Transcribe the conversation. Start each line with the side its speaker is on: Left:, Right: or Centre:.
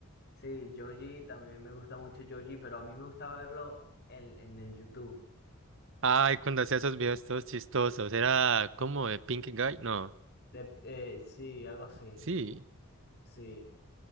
Left: Sí, Joji, también me gusta mucho Joji, pero a mí me gusta verlo en, en el YouTube.
Right: Ay, cuando hacía esos videos todos chistosos. Era como de Pink Guy. No,
Left: De- eh, sí, algo así.
Right: sí.
Left: Sí.